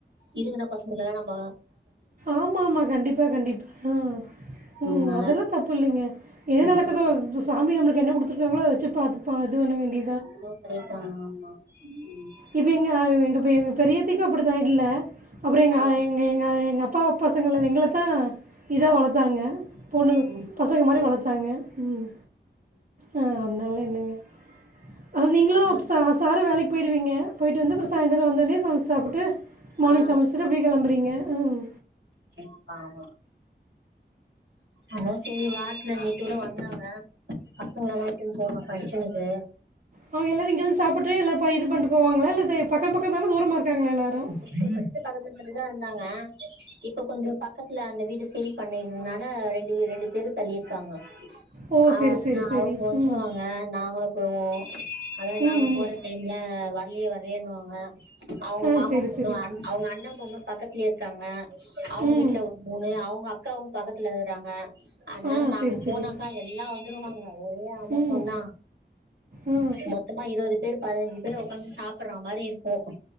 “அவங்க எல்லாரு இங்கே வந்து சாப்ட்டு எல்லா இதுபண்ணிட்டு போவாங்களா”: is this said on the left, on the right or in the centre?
Right